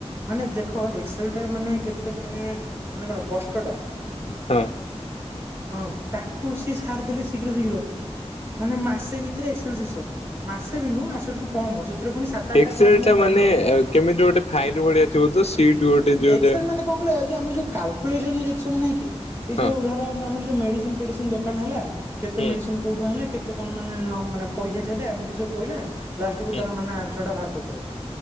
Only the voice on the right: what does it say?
ମାନେ ଦେଖ ଏକ୍ସେଲ୍ ଟା ମାନେ କେତେ ମାନେ ମାନେ କଣ କଷ୍ଟଟା
ହୁଁ ତାକୁ ସେ ସାରିଦେଲେ ଶୀଘ୍ର ଶୀଘ୍ର। ମାନେ ମାସେ ଭିତରେ ଏକ୍ସେଲ ଶେଷ‌ ମାସେ ବି ନୁ ମାସେ ଠାରୁ କମ୍ <unintelligible> ସେଥିରୁ ଫୁଣି ସାତ ଆଠଟା
କ୍ଲାସ୍ ମୁଁ
କରିନଥିଲି
ଏକ୍ସେଲ ମାନେ କଣ? ଏଇ ଯୋଉ ଆମର ଯୋଉ କାଲକୁଲେସନ୍ ଯେ ସବୁ ନାଇଁ କି ଏଇ
ଯଉ ଧର ଆମର ଯୋଉ ମେଡ଼ିସିନ୍ ଫେଡିସିନ୍ ଦୋକାନ ହେଲା। କେତେ
ମେଡ଼ିସିନ୍ କୋଉଠୁ ଆଣିଲା‌ କେତେ କଣ ମାନେ ମାନେ ପଇସା ସେଇଟା ଏମିତି ସବୁ ପଇଲା। ଲାଷ୍ଟ୍ କୁ
ତାର ମାନେ ଆନ୍ସରଟା ବାହାର କରିଦବ